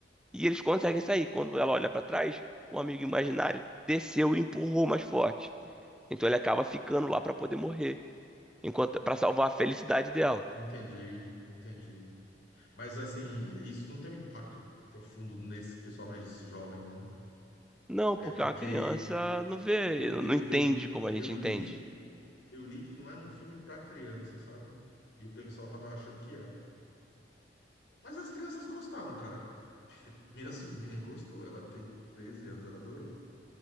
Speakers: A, in the centre; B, on the left.
A: e eles conseguem sair. Quando ela olha pra trás, o amigo imaginário desceu e empurrou mais forte. Então ele acaba ficando lá pra poder morrer, enquanto para salvar a felicidade dela.
B: entendi, entendi. Mas assim, isso não tem um impacto profundo nesse pessoal mais jovem, não, né?
A: Não,
B: É
A: porque
B: porque
A: uma criança não vê,
B: eu,
A: não
B: eu,
A: entende
B: eu,
A: como a
B: eu
A: gente
B: li,
A: entende.
B: eu li que não era um filme para criança, sabe? E o pessoal tava achando que era. Mas as crianças gostaram, cara. Minha sobrinha gostou, ela tem 13 anos, ela adorou.